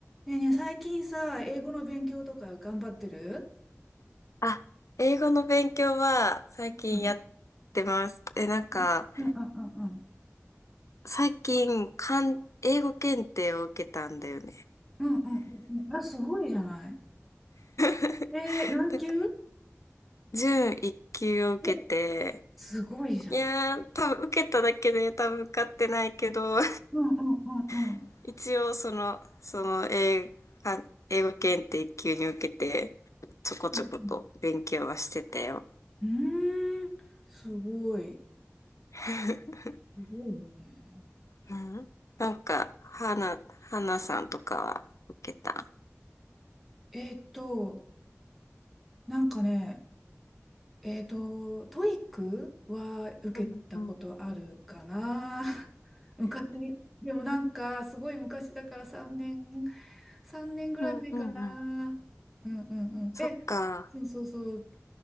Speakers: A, in the centre; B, on the left (about 75°).
A: ねえねえ、最近さ、英語の勉強とか頑張ってる
B: あ、英語の勉強は最近やってます。
A: うん。
B: え、なんか、
A: うんうんうんうん。
B: 最近、かん、英語検定を受けたんだよね。
A: うんうんうんうん。あ、すごいじゃない。
B: <laughs>
A: えー、何級
B: なんか準一級を受けて、
A: え、すごいじゃない。
B: いやー、多分受けただけで多分受かってないけど、
A: うんうんうんうん。
B: <laughs> 一応その、その英、か英語検定一級に受けて、ちょこちょこと勉強はしてたよ。
A: うんうん。うーん、すごい。
B: <laughs>
A: すごいね。
B: うん、なんか、花、花さんとかは受けた。
A: えーっと、なんかね、えーっと、トイックは受けたことあるかな
B: うんうん。
A: <laughs> 昔。でもなんか、すごい昔だから3年3年ぐらい前かな。
B: うんうんうん。
A: うんうんうん。
B: そっか。
A: え、そうそうそう。